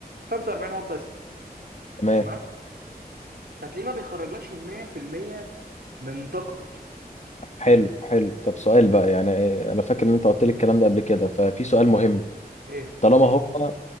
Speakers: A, on the right (about 70°); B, on the left (about 45°).
A: 45 واط بس
B: تمام
A: تمام فتلاقيه ما بيخرجلكش ال 100% من طاقته
B: حلو حلو طب سؤال بقى يعني إيه، انا فاكر ان انت قلت لي الكلام ده قبل كده ففي سؤال مهم
A: ايه
B: طالما هو